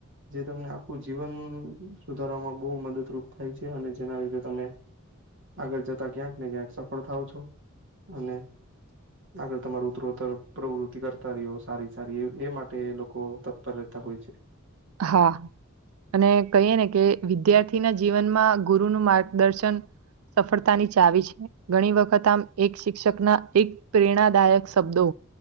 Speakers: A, on the right; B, on the right.
A: જે તમને આખ ખું જીવન સુધારવામાં બહુ મદદરૂપ થાય છે. અને જેના લીધે તમે આગળ જતા ક્યાંક ને ક્યાંક સફળ થાવ છો. અને આગળ તમારું ઉત્તરોતર પ્રવૃતિ કરતા રહ્યો સારી-સારી એ એ માટે લોકો તત્પર રહેત તા હોય છે.
B: હા. અને કહીએ ને કે વિદ્યાર્થીના જીવનમાં ગુરુનું માર્ગદર્શન સફળતાની ચાવી છે ઘણી વખત આમ એક શિક્ષકના એક પ્રેરણાદાયક શબ્દો